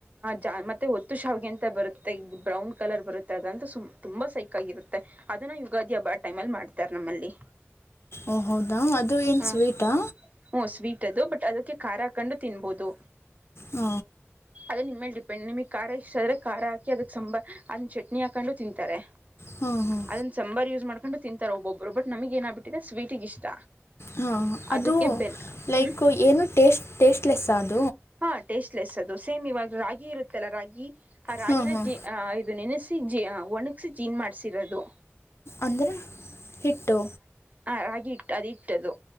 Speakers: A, on the right; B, on the left.
A: ಜಾ ಮತ್ತುತ್ತೆ ಹೊತ್ತು ಶಾವಿಗೆ ಅಂತ ಬರುತ್ತೆ ಈ ಬ್ರೌನ್ ಕಲರ್ ಬರುತ್ತೆ ಅದಂತೂ ಸು್ ತುಂಬ ಸೈಕಾಗಿರುತ್ತೆ ಅದನ್ನ ಯುಗಾದಿ ಹಬ್ಬಾ ಟೈಮ್ ಅಲ್ಲಿ ಮಾಡ್ತಾರೆ ನಮ್ಮಲ್ಲಿ
B: ಓ ಹೌದಾ ಅದು ಏನ್
A: ಹಾಂ
B: ಸ್ವೀಟಾ
A: ಹ್ಞೂ ಸ್ವೀಟ್ ಬಟ್ ಅದಕ್ಕೆ ಖಾರ ಹಾಕೊಂಡು ತಿನ್ಬಹದು
B: ಹ
A: ಅ ನಿಮ್ಮೇಲೆ ಡಿಪೆಂಡ್ ನಿಮಗೆ ಖಾರ ಇಷ್ಟ ಆದ್ರ ಖಾರ ಹಾಕಿದಕ್ಕೆ ಸಾಂಬಾರಾರ್ ಅದನ್ನ ಚಟ್ನಿ ಹಾಕೊಂಡು ತಿಂತಾರೆ
B: ಹಾಂ ಹಾಂ
A: ಅದನ್ನ ಸಾಂಬಾರ್ ಯೂಸ್ ಮಾಡ್ಕೊಂಡು ತಿಂತಾರೆ ಒಬ್ಬೊಬ್ಬರು ಬಟ್ ನಮಗ ಏನಾಗಬಿಟ್ಟಿದೆ ಸ್ವೀಟಗ ಇಷ್ಟ
B: ಹಾ
A: ಅದಕ್ಕೆ
B: ಅದು
A: ಬೆಲ್
B: ಲೈಕ್
A: ಹ್ಞೂ
B: ಏನು ಸ್ ಟೇಸ್ಟ್ಲೆಸ್ ಆದ
A: ಹಾ ಟೇಸ್ಟ್ಲೆಸ್ ಅದು ಸೇಮ್ ಇವಾಗ ರಾಗಿ ಇರುತ್ತೆಲ್ಲ ರಾಗಿ ಆ ರಾಗಿಿನ
B: ಹಾಂ ಹಾಂ
A: ಜ ಇದು ನೆನೆ ಜ ಒಣಗಸಿ ಜೀನ್ ಮಾಡ್ಸಿರೋದು
B: ಅಂದ್ರೆ ಹಿಟ್ಟು
A: ಹಾ ರಾಗಿ ಇಟ್ಟು ಅದು ಇಟ್ಟದು